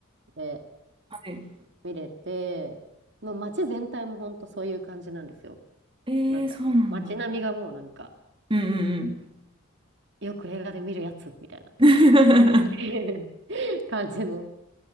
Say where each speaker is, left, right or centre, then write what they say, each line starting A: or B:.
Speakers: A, on the right; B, on the right.
A: で、
B: はい。
A: 見れて、もう街全体もほんとそういう感じなんですよ。
B: えー、
A: なんだろう。
B: そうなんだ。
A: 街並みがもうなんか、
B: うんうん
A: よく映画で見るやつみたいな
B: うん。
A: <laughs>
B: <laughs>
A: 感じの